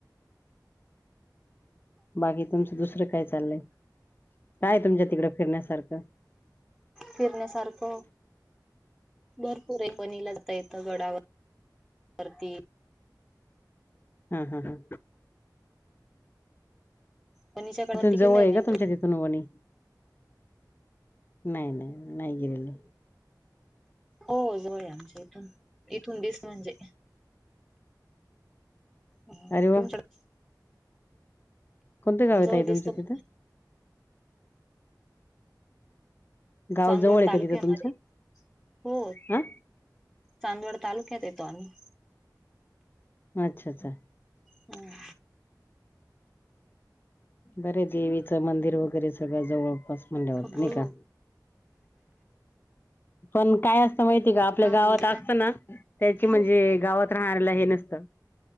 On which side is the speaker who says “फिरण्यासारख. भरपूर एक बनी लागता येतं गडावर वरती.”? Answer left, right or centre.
Centre